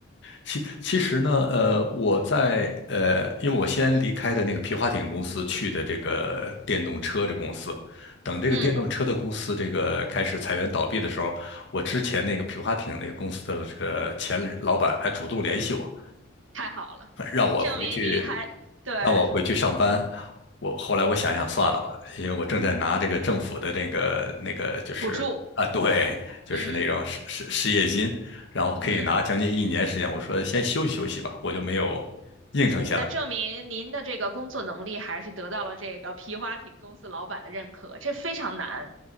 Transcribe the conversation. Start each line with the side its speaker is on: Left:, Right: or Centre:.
Left: 其其实呢，呃，我在呃，因为我先离开的那个皮划艇公司去的这个电动车的公司，等这个电动车的公司这个开始裁员倒闭的时候，
Right: 嗯，
Left: 我之前那个皮划艇那个公司的这个前老板还主动联系我。
Right: 太好了，
Left: 让我回去
Right: 证明您还，对，
Left: 让我回去上班。我后来我想想算了吧，因为我正在拿这个政府的那个那个就是啊，
Right: 补助，
Left: 对，就是那种失失失业金，
Right: 嗯
Left: 然后可以拿将近一年时间。
Right: 嗯，
Left: 我说先休息休息吧，我就没有应承下来。
Right: 那证明您的这个工作能力还是得到了这个皮划艇公司老板的认可，这非常难，